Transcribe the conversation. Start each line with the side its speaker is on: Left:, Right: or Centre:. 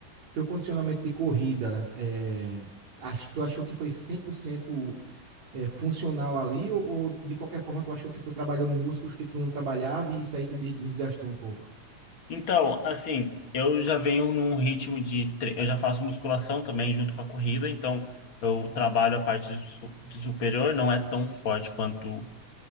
Right: teu condicionamento de corrida, é, ach- tu achou que foi 100% é, funcional ali ou, ou de qualquer forma tu achou que tu trabalhou músculos que tu não trabalhava e isso aí te de- desgastou um pouco?
Left: Então, assim, eu já venho num ritmo de. tre- Eu já faço musculação também junto com a corrida, então eu trabalho a parte de su- de superior, não é tão forte quanto